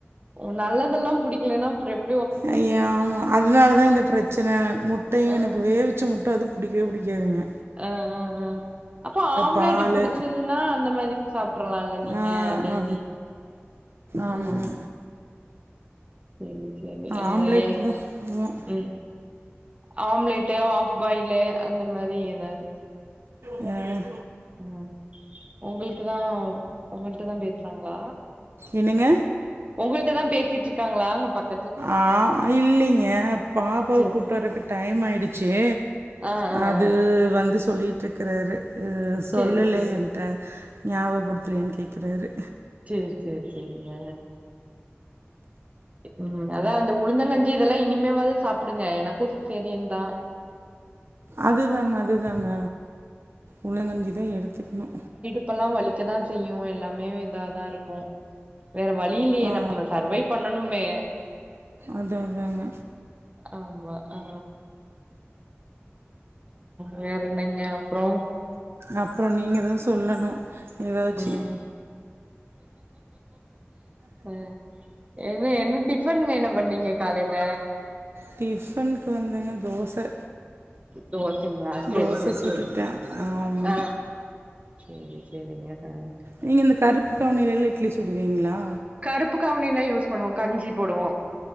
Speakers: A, on the right (about 30°); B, on the right (about 60°).
A: ஓ நல்லதெல்லா புடிக்கலன்னா அப்ற எப்
B: ஐய ஆமா அதுனால தா இந்த பிரச்சன முட்டையு
A: ஆ
B: எனக்கு வேவச் ச்ச முட்ட அது புடிக்கவே புடிக்காதுங்க
A: ஆ ஆ ஆ அப்ப ஆம்ப்லேட்
B: பால்
A: புடிச்சதுனா அந்த மாதிரி சாப்ட்றலால நீங்க
B: ஆ
A: டெய்லி
B: ஆ ஆமாங்க
A: ம் செரி செரி அத
B: ஆம்லேட்
A: ஏ
B: தான் சாப்பிடுவேன்
A: ம் ஆம்ப்லேட்டு ஹாஃப் பாய்லு அந்த மாரி எதாவ்து
B: ம்
A: ம் ஒங்களுக்குதா ஒங்கள்ட தா பேசுறாங்ளா
B: என்னங்க
A: ஒங்கள்ட தா பேசிட்ருக்காங்களா அங்க பக்
B: ஆ இல்லைங்க பாப்பாவ
A: சேரி
B: கூட்டு வரக்கு டைம் ஆயிருச்சு
A: ஆ ஆ
B: அது
A: ஆ
B: வந்து சொல்லிட்ருக்குறாரு அ சொல்லல
A: சேரி சேரி
B: என்ட்ட ஞாபகப்படுத்தலயான்னு கேக்குறாரு
A: சேரி சேரி சேரிங்க ம் அதா அந்த உளுந்தங்கஞ்சி இதெல்லா இனிமேவாது சாப்புடுங்க எனக்கு சிசேரியன் தா
B: அதுதாங்க அதுதாங்க உளுந்தங்கஞ்சி தா எடுத்துக்கணு
A: இப்பெல்லா வலிக்கதா செய்யு எல்லாமே இதாதா இருக்கு வேற வழியில்லயே
B: ஆ ஆ
A: நாம பண்ணனுமே
B: அதா அதாங்க
A: ஆமா ஆ வேற என்னங்க அப்றோ
B: அப்றோ நீங்க தா சொல்லணு ஏதாச்சு
A: ம் அ என்ன என்ன டிஃபன் என்ன பண்ணீங்க காலைல
B: டிஃபன்க்கு வந்துங்க தோச
A: தோசைங்களா சரி
B: தோச
A: சரி
B: சுட்டுட்டே
A: சரி
B: ஆமாங்க
A: அ செரி செரிங்க அ
B: நீங்க இந்த கருப்பு கவுனியிலா இட்லி சுடுவீங்களா
A: கருப்பு கவுனிலா யூஸ் பண்ணுவோ கஞ்சி போடுவோ